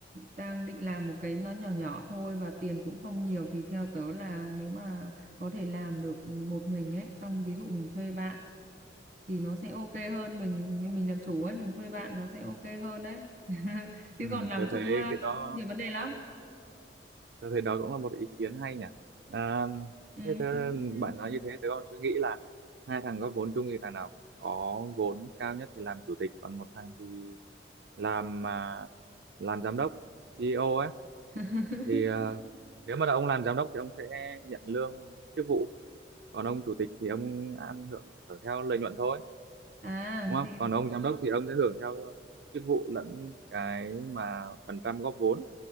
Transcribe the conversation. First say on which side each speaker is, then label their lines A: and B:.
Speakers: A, on the right; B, on the right.
A: đang định làm một cái nó nhỏ nhỏ thôi và tiền cũng không nhiều thì theo tớ là nếu mà có thể làm được một mình ấy xong ví dụ mình thuê bạn thì nó sẽ ok hơn mình mình làm chủ ấy mình thuê bạn nó sẽ ok hơn đấy <laughs> chứ
B: ừ,
A: còn làm
B: tôi
A: chung
B: thấy
A: á
B: cái đó
A: nhiều vấn đề lắm
B: Tôi thấy đó cũng là một ý kiến hay nhỉ. À,
A: ừ,
B: thế thế
A: suy nghĩ xem
B: bạn nói như thế, tôi còn suy nghĩ là hai thằng góp vốn chung thì thằng nào có vốn cao nhất thì làm chủ tịch, còn một thằng thì làm à, làm giám đốc, CEO ấy.
A: <laughs>
B: Thì à, nếu mà là ông làm giám đốc thì ông sẽ nhận lương chức vụ, còn ông chủ tịch thì ông ăn hưởng hưởng theo lợi nhuận thôi,
A: à
B: đúng không?
A: thì
B: Còn ông giám đốc thì ông sẽ hưởng theo chức vụ lẫn cái mà phần trăm góp vốn,